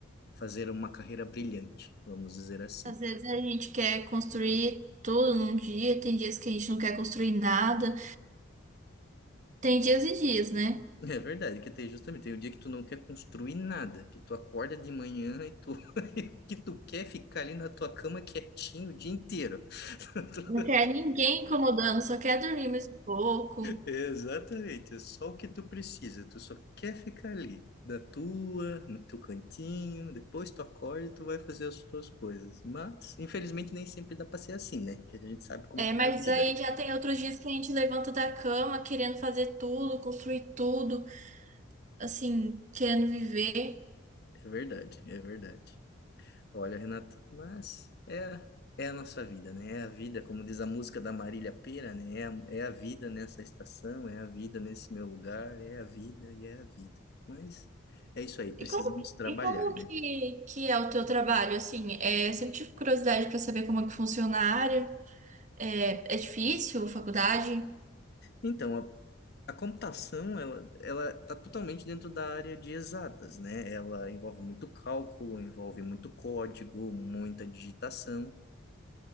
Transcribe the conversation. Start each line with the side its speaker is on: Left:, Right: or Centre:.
Left: fazer uma carreira brilhante, vamos dizer assim.
Right: Às vezes
Left: <laughs>
Right: a gente quer construir tudo num dia, tem dias que a gente não quer construir nada, tem dias e dias, né?
Left: É verdade, que tem justamente, tem o dia que tu não quer construir nada, que tu acorda de manhã e tu <laughs> que tu quer é ficar ali na tua cama quietinho o dia inteiro. <laughs>
Right: Não quer ninguém incomodando, só quer dormir mais um pouco.
Left: Exatamente, é só o que tu precisa, tu só quer ficar ali, da tua, no teu cantinho, depois tu acorda e tu vai fazer as tuas coisas. Mas, infelizmente, nem sempre dá pra ser assim, né? Que a gente sabe como
Right: É,
Left: que
Right: mas
Left: é a vida.
Right: aí já tem outros dias que a gente levanta da cama querendo fazer tudo, construir tudo, assim, querendo viver.
Left: É verdade, é verdade. Olha, Renata, mas é, é a nossa vida, né? É a vida, como diz a música da Marília Pêra, né? É a, é a vida nessa estação, é a vida nesse meu lugar, é a vida e é a vida. Mas é isso aí, precisamos
Right: E como,
Left: trabalhar,
Right: e como
Left: né?
Right: que, que é o teu trabalho, assim? É, eu sempre tive curiosidade para saber como é que funciona a área. É, é difícil, a faculdade?
Left: Então, a A computação, ela, ela está totalmente dentro da área de exatas, né? Ela envolve muito cálculo, envolve muito código, muita digitação.